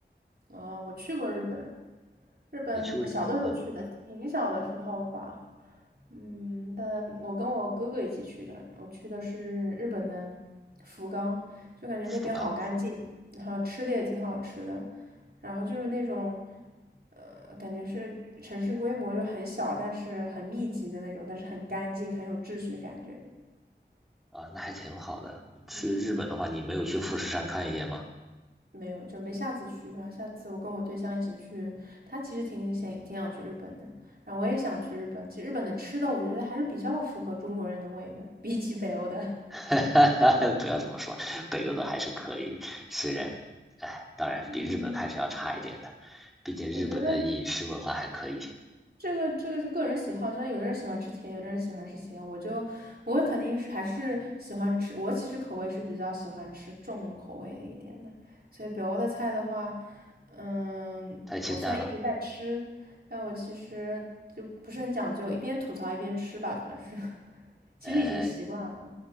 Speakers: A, on the right; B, in the centre.
A: 啊，我去过日本，日本小的时候去的，
B: 你去过日本？嗯，
A: 挺小的时候吧。嗯，但我跟我哥哥一起去的，我去的是日本的福冈，就感觉那边好干净，
B: 福冈
A: 然后吃的也挺好吃的，然后就是那种，呃，感觉是城市规模就很小，但是很密集的那种，但是很干净，很有秩序的感觉。
B: 啊，那还挺好的。去日本的话，
A: 嗯，
B: 你没有去富士山看一眼吗？
A: 没有，准备下次去吧。下次我跟我对象一起去，他其实挺想挺想去日本的，然后我也想去日本。其实日本的吃的，我觉得还是比较符合中国人的胃的，比起北欧的，
B: <laughs> 不要这么说，北欧的还是可以，虽然，哎，
A: <laughs>
B: 当然比日本还是要差一点的，
A: 嗯，
B: 毕竟日本的饮食文化还可以，
A: 我觉得这个这个是个人喜好，就像有的人喜欢吃甜，有的人喜欢吃咸。我就我肯定是还是喜欢吃，我其实口味是比较喜欢吃重口味的一点的。所以北欧的菜的话，嗯，
B: 太清淡了。
A: 我虽然一直在吃，但我其实就不是很讲究，一边吐槽一边吃吧，算是，<laughs> 其实已经习惯了。
B: 呃，